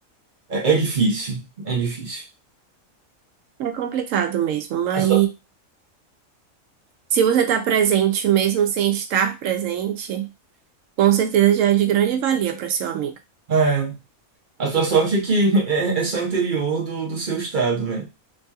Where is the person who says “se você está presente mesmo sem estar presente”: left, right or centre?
Right